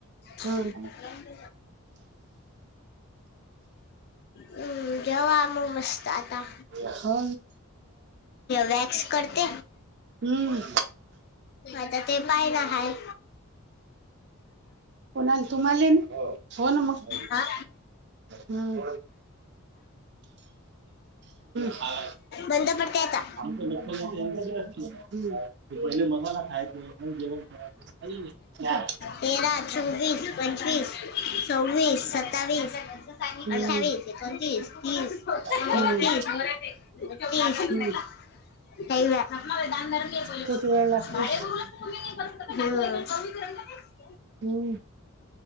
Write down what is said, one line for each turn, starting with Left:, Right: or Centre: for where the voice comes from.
Left: हम्
Right: हम्म
Left: हम्म जवाम मस्त आता
Right: हा
Left: वॅक्स करते
Right: हम्म
Left: आता ते पाय ना आहे
Right: कोणा तुम्हाला हो ना मग
Left: हा.
Right: हम् ह
Left: बंद पडते आता.
Right: आमच दक्षल यांच्या बडले मसाला खाय हो हो हो
Left: तेरा चोवीस पंचवीस सववीस सत्तावीस
Right: हम्म
Left: अठ्ठावीस चोतीस तीस एकतीस
Right: हम्म
Left: ददरून
Right: हम्म
Left: बला
Right: किती वेळ लागते
Left: हम्म
Right: हम्